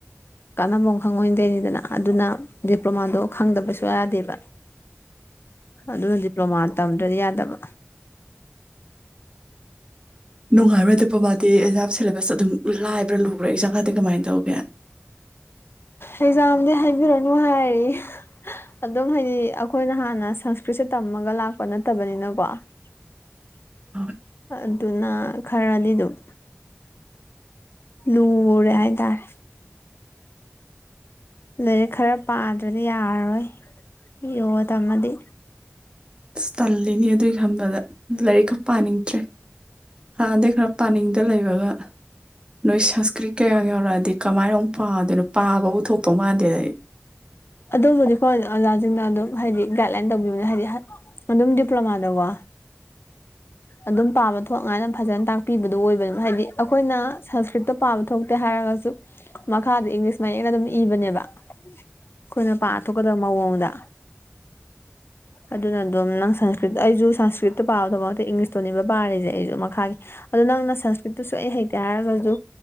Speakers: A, on the left; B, on the right.
A: ꯀꯥꯟꯅꯕꯝ ꯈꯪꯉꯣꯢꯗꯣꯢꯅꯤꯗꯅ ꯑꯗꯨꯅ ꯗꯤꯄ꯭ꯂꯣꯃꯥꯗꯣ ꯈꯪꯗꯕ ꯁꯨꯌꯥ ꯌꯥꯗꯦꯕ
B: <inaudible>
A: ꯑꯗꯨꯅ ꯗꯤꯄ꯭ꯂꯣꯃꯥ ꯇꯝꯗ꯭ꯔꯗꯤ ꯌꯥꯗꯕ
B: ꯅꯨꯡꯉꯥꯏꯕꯔ ꯗꯤꯄ꯭ꯂꯣꯃꯥꯗꯤ ꯑꯦꯛꯖꯥꯝ ꯁꯦꯂꯦꯕꯁ ꯑꯗꯨꯝ ꯂꯥꯏꯕ꯭ꯔꯥ ꯂꯨꯕ꯭ꯔꯥ ꯑꯦꯛꯖꯥꯝ ꯀꯗꯤ ꯀꯃꯥꯏꯟ ꯇꯧꯒꯦ
A: ꯑꯦꯛꯖꯥꯝꯗꯤ ꯍꯥꯏꯕꯤꯔꯅꯨ ꯍꯥꯏꯔꯤꯌꯦ ꯑꯗꯨꯝ ꯍꯥꯏꯗꯤ ꯑꯈꯣꯏꯅ ꯍꯥꯟꯅ ꯁꯪꯁꯀ꯭ꯔꯤꯠꯁꯦ ꯇꯝꯃꯒ ꯂꯥꯛꯄ ꯅꯠꯇꯕꯅꯤꯅꯀꯣ <unintelligible>
B: ꯍꯣꯏ
A: ꯑꯗꯨꯅ ꯈꯔꯗꯤ ꯑꯗꯨꯝ ꯂꯨꯔꯦ ꯍꯥꯏꯇꯥꯔꯦ ꯂꯥꯏꯔꯤꯛ ꯈꯔ ꯄꯥꯗ꯭ꯔꯗꯤ ꯌꯥꯔꯔꯣꯏ ꯌꯣꯒ ꯇꯝꯃꯗꯤ
B: ꯏꯁ ꯇꯜꯂꯦꯃꯤ ꯑꯗꯨꯒꯤ ꯈꯟꯕꯗ ꯂꯥꯏꯔꯤꯛꯀ ꯄꯥꯅꯤꯡꯗ꯭ꯔꯦ ꯍꯥꯟꯅꯗꯩ ꯈꯔ ꯄꯥꯅꯤꯡꯗ ꯂꯩꯕꯒ ꯅꯣꯏ ꯁꯪꯁꯀ꯭ꯔꯤꯠ ꯀꯌꯥ ꯒ ꯌꯥꯎꯔꯛꯑꯗꯤ ꯀꯃꯥꯏꯅ ꯑꯃꯨꯛ ꯄꯥꯗꯣꯏꯅꯣ ꯄꯥꯕꯕꯨ ꯊꯣꯛꯇꯧ ꯃꯥꯟꯗꯦꯗ ꯑꯩ
A: ꯑꯗꯨꯕꯨꯗꯤ ꯈꯣꯏ ꯑꯣꯖꯥꯖꯤꯡꯅ ꯑꯗꯨꯝ ꯍꯥꯏꯗꯤ ꯒꯥꯏꯗ ꯂꯥꯏꯟ ꯇꯧꯕꯤꯕꯅꯦ ꯍꯥꯏꯗꯤ ꯍꯥꯏ ꯑꯗꯨꯝ ꯗꯤꯄ꯭ꯂꯣꯃꯥꯗꯀꯣ ꯑꯗꯨꯝ ꯄꯥꯕ ꯊꯣꯛꯉꯥꯏꯅ ꯐꯖꯅ ꯇꯥꯛ ꯄꯤꯕꯗꯨ ꯑꯣꯏꯕꯅꯤ ꯍꯥꯏꯗꯤ ꯑꯈꯣꯏꯅ ꯁꯪꯁꯀ꯭ꯔꯤꯠꯇꯣ ꯄꯥꯕ ꯊꯣꯛꯇꯦ ꯍꯥꯏꯔꯒꯁꯨ ꯃꯈꯥꯗ ꯏꯪꯂꯤꯁ ꯃꯌꯦꯛꯅ ꯑꯗꯨꯝ ꯏꯕꯅꯦꯕ ꯑꯈꯣꯏꯅ ꯄꯥꯊꯣꯛꯀꯗꯕ ꯃꯑꯣꯡꯗ
B: <inaudible>
A: ꯑꯗꯨꯅ ꯑꯗꯨꯝ ꯅꯪ ꯁꯪꯁꯀ꯭ꯔꯤꯠ ꯑꯩꯖꯨ ꯁꯪꯁꯀ꯭ꯔꯤꯠꯇ ꯄꯥꯕ ꯗꯨꯃꯛꯇꯤ ꯏꯪꯂꯤꯁꯇꯨꯅꯦꯕ ꯄꯥꯔꯤꯖꯦ ꯑꯩꯖꯨ ꯃꯈꯥꯒꯤ ꯑꯗꯣ ꯅꯪꯅ ꯁꯪꯁꯀ꯭ꯔꯤꯠꯇꯨꯁꯨ ꯑꯩ ꯍꯩꯇꯦ ꯍꯥꯏꯔꯒꯖꯨ